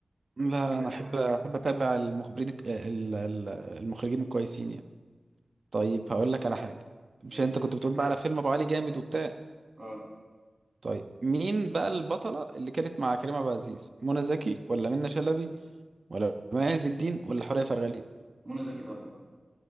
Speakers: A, on the right; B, on the right.
A: لا
B: كده
A: لا انا
B: ها
A: احب احب اتابع المخبرين الك- ال- ال- المخرجين الكويسين يعني طيب هقول لك على حاجه مش
B: ماشي
A: انت كنت بتقول بقى على فيلم ابو علي جامد وبتاع
B: أه
A: طيب مين بقى البطلة اللي كانت مع كريم عبد العزيز منى زكي ولا منى شلبي ولا مي عز الدين ولا حورية فرغلي
B: منى زكي طبعا